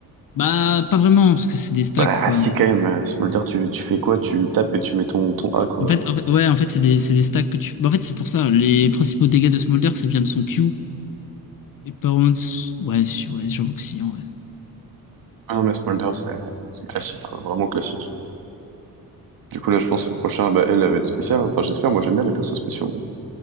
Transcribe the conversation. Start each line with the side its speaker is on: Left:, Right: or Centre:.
Left: Bah, pas vraiment parce que c'est des stacks
Right: Bah
Left: quoi.
Right: ah, si quand même, euh, Smolder tu, tu fais quoi? Tu tapes et tu mets ton ton A quoi.
Left: En fait, en fait, ouais, en fait, c'est des, c'est des stacks que tu. bah, en fait, c'est pour ça. Les principaux dégâts de Smolder, c'est bien de son Q. Et par contre, ouais, si- ouais, j'avoue que si, en vrai.
Right: Ah non mais Smolder c'est c'est classique quoi, vraiment classique. Du coup là je pense que le prochain bah elle va être spéciale. hein. Enfin j'espère, moi j'aime bien les persos spéciaux.